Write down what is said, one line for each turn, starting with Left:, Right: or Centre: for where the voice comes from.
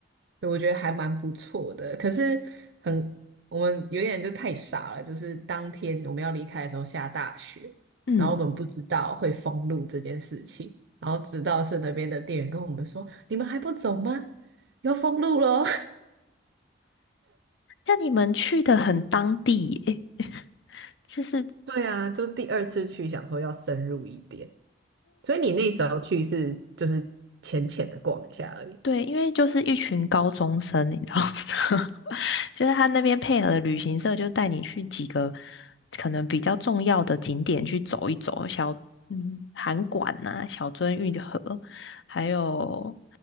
Right: 对，我觉得还蛮不错的。可是很，我们有点就太傻了，就是当天我们要离开的时候下大雪，
Left: 嗯，
Right: 然后我们不知道会封路这件事情，然后直到是那边的店员跟我们说：“你们还不走吗？要封路喽！”
Left: 那你们去的很当地耶，<laughs> 就是
Right: <laughs> 对啊，就第二次去想说要深入一点，所以你那时候去是就是浅浅的逛一下而已。
Left: 对，因为就是一群高中生，你知道吗，<laughs> 就是他那边配合的旅行社就带你去几个可能比较重要的景点去走一走，小嗯函馆呐、小樽运河，还有